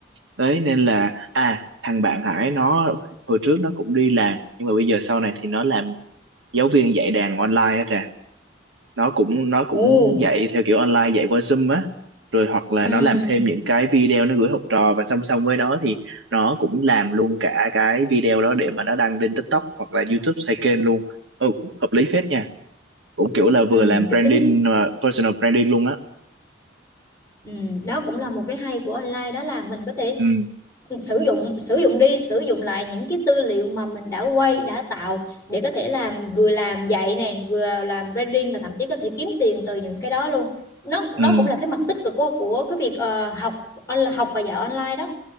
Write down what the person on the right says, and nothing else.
đấy nên là à thằng bạn Hải nó hồi trước nó cũng đi làm nhưng mà bây giờ sau này thì nó làm giáo viên dạy đàn online á trà nó cũng nó cũng
dạy theo kiểu online dạy qua Zoom á rồi hoặc là
nó làm thêm những cái video nó gửi học trò và song song với đó thì nó cũng làm luôn cả cái video đó để mà nó đăng lên TikTok hoặc là YouTube xây kênh luôn ừ, cũng hợp lý phết nha cũng kiểu là vừa
làm
branding
mà personal branding luôn á
ừ,
ừ.